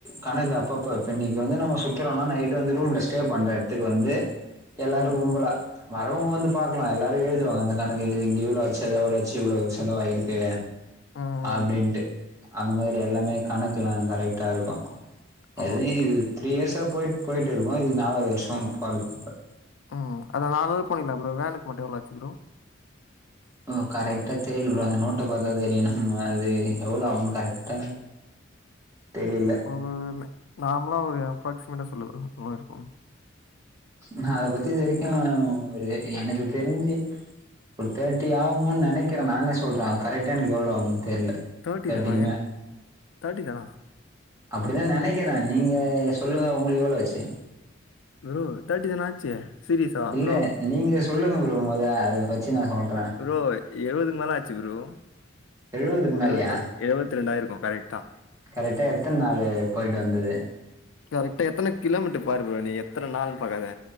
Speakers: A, on the right (about 15°); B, on the left (about 75°).
A: கணக்கு அப்பப்ப இப்ப இன்னிக்கு வந்து நாங்க சுத்தற ன்னா நைட் வந்து ரூம்ல ஸ்டே பண்ற எடத்துக்கு வந்து எல்லாரு
B: ம்
A: கும்பலா வரவங்க வந்து பாக்கலா எல்லாரு எழுதுவாங்க அந்த கணக்கு இங்க இவ்ளோ ஆச்சு அது அவ்ளோ ஆச்சு இவ்ள செலவாயிருக்கு
B: ம்
A: அப்டின்ட்டு
B: ம்
A: அந்த மாதிரி எல்லாமே கணக்கெல்லா கரெக்டா இருக்கு
B: ஆ
A: எதுவு
B: ஓகே
A: இது
B: ஓகே
A: த்ரீ இயர்ஸா போயிட் போயிட்ருக்கோ இது நாலாது வருஷ போறதிப்ப
B: ம் அதா நாலு நாள் போனிங்கல ப்ரோ வேனுக்கு மட்டு எவ்ள ஆச்சு ப்ரோ
A: ப்ரோ கரெக்டா தெரில ப்ரோ அந்த நோட்ட பாத்தா தெரியு நம்ம அது எவ்ளோ ஆகு கரெக்டா தெரில
B: ஒரு நார்மலா ஒரு அப்ராக்சிமேட்டா சொல்லு ப்ரோ எவ்ள இருக்கு
A: நா அத பத்தி இது வரைக்கு ஒரு எனக்கு தெரிஞ்சு ஒரு தேட்டி ஆகுமோன் நெனைக்கற நானே சொல்ற அது கரெக்டா எனக்கு எவ்ளோ ஆகுனு தெர்ல
B: தேட்டி
A: தேர்ட்டிக்கு
B: தானா என்
A: மே
B: தேட்டி தானா
A: அப்படிதா நெனைக்கிறே நீங்க சொல்லுங்க உங்களுக்கு எவ்ள ஆச்சு
B: ப்ரோ தேட்டி தான ஆச்சு சீரியஸா
A: இல்ல
B: ப்ரோ
A: நீங்க சொல்லுங்க ப்ரோ மொத அத வெச்சு நா சொல்
B: ப்ரோ எழவதுக்கு மேல ஆச்சு ப்ரோ
A: எழுவதுக்கு மேலயா
B: எழுவத்ர எழுவத் ரெண்டாயிருக்கு கரெக்டா
A: கரெக்டா எத்தன் நாளு போயிட்டு வந்தது
B: கரெக்டா எத்தன கிலோமீட்டர் பாரு ப்ரோ நீ எத்த நாள் பாக்காத